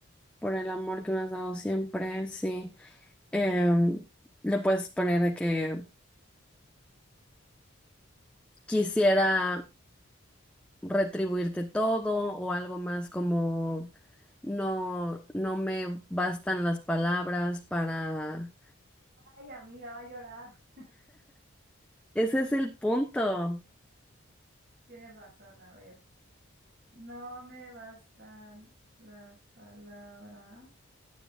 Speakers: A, in the centre; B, on the right.
A: por el amor que me has dado siempre, sí. Em, le puedes poner de que quisiera retribuirte todo o algo más como no, no me bastan las palabras para...
B: Ay, amiga, va a llorar.
A: Ese es el punto.
B: Tienes razón, a ver. No me bastan las palabras